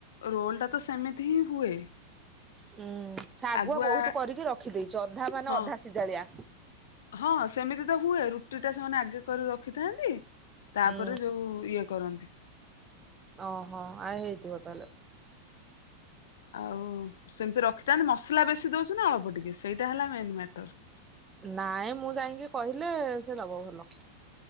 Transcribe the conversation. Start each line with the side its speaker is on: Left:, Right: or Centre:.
Left: ରୋଲ୍ ଟା ତ ସେମିତି ହିଁ ହୁଏ।
Right: ହୁଁ ସାଗୁଆ
Left: ଆଗୁଆ
Right: ବହୁତ କରିକି ରଖିଦେଇଚି ଅଧା ମାନେ
Left: ହଁ
Right: ଅଧା ସିଜାଳିଆ।
Left: ହଁ ସେମିତି ତ ହୁଏ ରୁଟି ଟା ସେମାନେ ଆଗେ କରି ରଖିଥାନ୍ତି। ତାପରେ
Right: ହୁଁ
Left: ଯୋଉ ଇଏ କରନ୍ତି।
Right: ଓହୋ ଆ ହେଇଥିବ ତାହେଲେ।
Left: ଆଉ ସେମିତି ରଖିଥାନ୍ତି ମସଲା ବେଶୀ ଦେଉଛି ନା ଅଳ୍ପ ଟିକେ ସେଇଟା ହେଲା ମେନ୍ ମ୍ୟାଟର୍।
Right: ନାଇଁ ମୁଁ ଯାଇକି କହିଲେ ସେ ଦେବ ଭଲ।